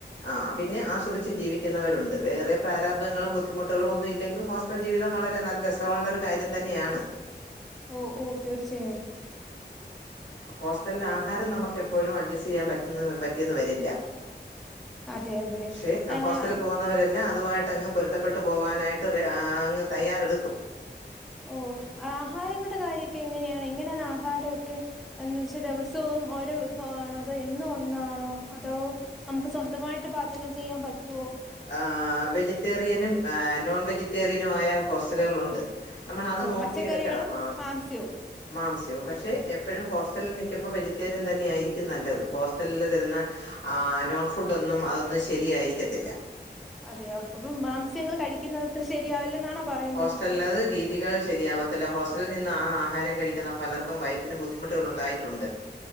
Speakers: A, on the left (about 80°); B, in the centre.
A: ആഹ് പിന്നെ ആസ്വദിച്ച് ജീവിക്കുന്നവരുണ്ട് വേറെ പ്രാരാബ്ധങ്ങളും ബുദ്ധിമുട്ടുകളും ഒന്നും ഒന്നും ഇല്ലെങ്കിൽ ഹോസ്റ്റൽ ജീവിതം വളരെ നല്ല രസമുള്ള ഒരു കാര്യം തന്നെയാണ്
B: ഓ ഓ തീർച്ചയായും
A: ഹോസ്റ്റലില് ആഹാരം നമുക്ക് എപ്പോഴും അഡ്ജസ്റ്റ് ചെയ്യാൻ പറ്റ പറ്റിയെന്ന് വരില്ല
B: അതെ അതെ
A: ക്ഷെ
B: ഏഹ്
A: ഹോസ്റ്റലിൽ പോകുന്നവരെന്നെ അതുവായിട്ടങ്ങ് പൊരുത്തപ്പെട്ട് പോകവാനായിട്ട് അങ്ങ് തയ്യാറെടുക്കും
B: ഓഹ് ആഹാരങ്ങളുടെ കാര്യൊക്കെ എങ്ങനെയാണ് എങ്ങനാണ് ആഹാരൊക്കെ. എന്ന വച്ചാ ദിവസവും ഓരോ വിഭവമാണോ അതോ എന്നോ ഒന്നാണോ അതോ നമുക്ക് സ്വന്തമായിട്ട് പാചകം ചെയ്യാൻ പറ്റൊ
A: ആ വെജിറ്റേറിയനും ഏ നോൺ വെജിറ്റേറിയനുമായ ഹോസ്റ്റലുകളുണ്ട് നമ്മൾ അത്
B: ഓ
A: നോക്കിയെടുക്കണം
B: പച്ചക്കറികളും
A: ആ
B: മാംസ്യവും
A: മാംസ്യവും പക്ഷെ എപ്പോഴും ഹോസ്റ്റലിൽ നിൽക്കുമ്പോ വെജിറ്റേറിയൻ തന്നെയായിരിക്കും നല്ലത് ഹോസ്റ്റലിൽ തരുന്ന ആ നോൺ ഫുഡൊന്നും അതൊന്നും ശരിയായിരിക്കത്തില്ല
B: അതെ അപ്പം മാംസ്യങ്ങൾ കഴിക്കുന്നത് അത്ര ശരിയാവില്ലെന്നാണോ പറയുന്നത്
A: ഹോസ്റ്റലത് രീതികൾ ശരിയാവത്തില്ല ഹോസ്റ്റലിൽ നിന്ന് ആ ആഹാരം കഴിക്കുന്ന പലർക്കും വയറ്റിന് ബു ബുദ്ധിമുട്ടുകൾ ഉണ്ടായിട്ടുണ്ട്